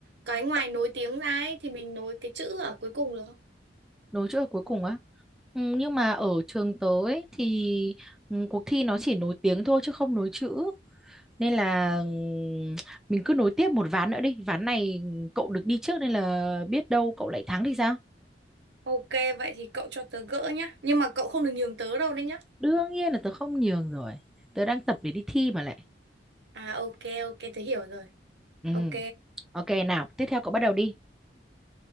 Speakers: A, on the right (about 75°); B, in the centre.
A: Cái ngoài nối tiếng ra ấy, thì mình nối cái chữ ở cuối cùng được không?
B: nối chữ ở cuối cùng á. Ừ, nhưng mà ở trường tớ ấy, thì ừ, cuộc thi nó chỉ nối tiếng thôi chứ không nối chữ. Nên là ừ, mình cứ nối tiếp một ván nữa đi. Ván này cậu được đi trước nên là biết đâu cậu lại thắng thì sao?
A: Ok vậy thì cậu cho tớ gỡ nhá. Nhưng mà cậu không được nhường tớ đâu đấy nhá.
B: đương nhiên là tớ không nhường rồi tớ đang tập để đi thi mà lại
A: À ok ok tớ hiểu rồi.
B: Ừ.
A: Ok.
B: Ok nào, tiếp theo cậu bắt đầu đi.